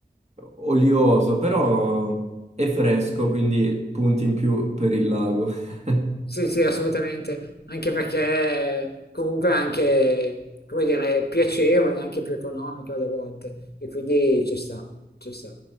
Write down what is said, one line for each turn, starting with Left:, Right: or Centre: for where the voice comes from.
Right: olioso, però è fresco, quindi punti in più per il lago.
Left: Sì,
Right: <laughs>
Left: sì, assolutamente, anche perché comunque è anche, come dire, piacevole, anche più economico alle volte, e quindi ci sta, ci sta.